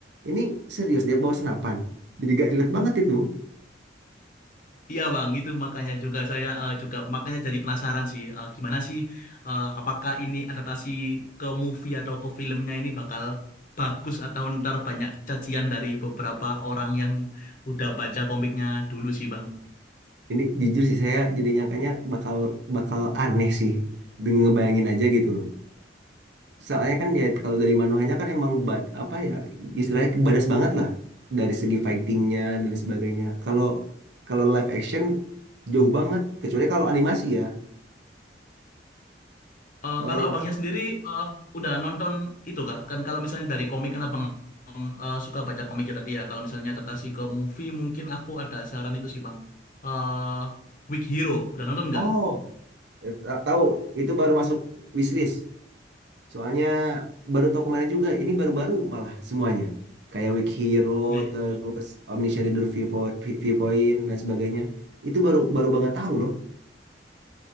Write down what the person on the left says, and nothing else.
Iya bang, itu makanya juga saya eh, juga makanya jadi penasaran sih eh, gimana sih eh, apakah ini adaptasi ke movie atau ke filmnya ini bakal bagus atau ntar banyak cacian dari beberapa orang yang udah baca komiknya dulu sih bang.
Eh,
kalau
abangnya sendiri eh, udah nonton itu kah? Kan kalau misalnya dari komik kan abang eh, suka baca komik ya tadi ya. Kalau misalnya adaptasi ke movie mungkin aku ada saran itu sih bang. Eh Weak Hero udah nonton nggak?
Ya,